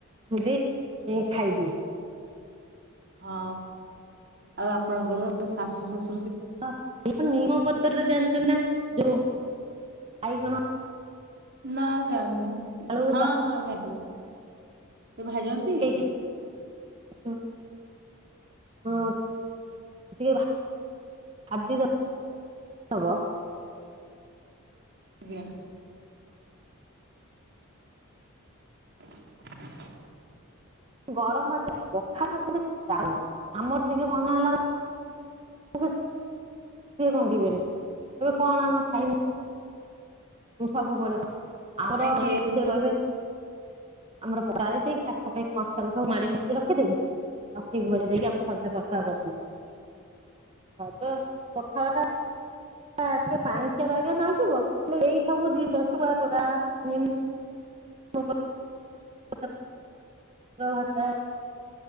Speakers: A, on the right (about 25°); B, on the right (about 50°).
A: <unintelligible> ଖାଇଦିଏ।
B: ହଁ ଆଉ ଆପଣଙ୍କର ଶାଶୁ ଶଶୁ
A: ହଁ ନିମ ପତ୍ରରେ ଜାଣିଛନ୍ତି ନା ଯୋଉ ବାଇଗଣ
B: ନା ଜାଣିନି।
A: ଆଳୁ
B: ହଁ
A: ତାକୁ
B: ହଁ ଜାଣିଚି ଜାଣିଚି। ସେ ଭାଜନ୍ତି?
A: ପକେଇକି <inaudible> ହଁ ଟିକେ ଭା ଭାଜି ଦ ଦବ
B: ଆଜ୍ଞା। <inaudible>
A: ଗରମ ଭାତରେ ପଖାଳ କଲେ <unintelligible> ଆମର ଟିକେ ମନେ ହେଲା ବେଳ କୁ <unintelligible> ସିଏ ଭାଙ୍ଗିବେନି କହିବେ କଣ ଆମେ ଖାଇନୁ ମୁଁ ସବୁବେଳେ ଆମର
B: ନାଇଁ
A: ସେ
B: ଏଇଠି
A: କହିବେ ଆମର ଗାଳିଦେଇକି ତାଙ୍କ ପାଇଁ। <unintelligible> ରଖିଦେବି ରଖିକି ଘରେ ଯାଇକି ଆମେ ସଜ ପଖା କରିଦେବୁ। ସଜ ପଖାଲଟା ହ ଟିକେ ପାଇଞ୍ଚିଆ ପାଇଞ୍ଚିଆ ନାଗିବ ହେଲେ ଏଇ ସବୁ <unintelligible> <unintelligible>